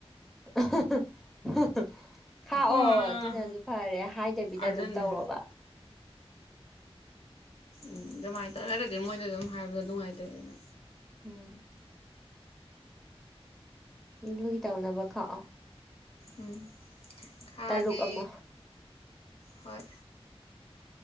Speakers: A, in the centre; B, on the left.
A: <unintelligible> ꯈꯥꯛꯑꯣ
B: ꯑꯣ
A: ꯑꯗꯨꯅꯖꯨ ꯐꯔꯦ ꯍꯥꯏꯗꯕꯤꯗ
B: ꯑꯗꯨꯅ
A: ꯑꯗꯨꯝ ꯇꯧꯔꯣꯕ
B: ꯎꯝ ꯑꯗꯨꯃꯥꯏꯅ <unintelligible> ꯃꯣꯏꯗ ꯑꯗꯨꯝ ꯍꯥꯏꯕꯗꯣ ꯅꯨꯡꯉꯥꯏꯇꯦꯗꯅ
A: ꯎꯝ ꯗꯨꯒꯤ ꯇꯧꯅꯕ ꯈꯥꯛꯑꯣ
B: ꯎꯝ ꯈꯥꯑꯒꯦ
A: ꯇꯔꯨꯛ ꯑꯃ
B: ꯍꯣꯏ